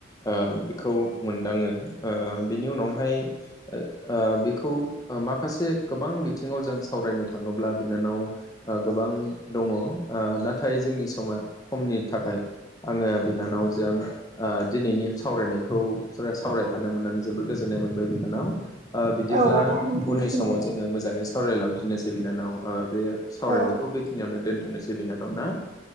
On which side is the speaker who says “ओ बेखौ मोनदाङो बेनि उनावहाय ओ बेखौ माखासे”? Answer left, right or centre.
Left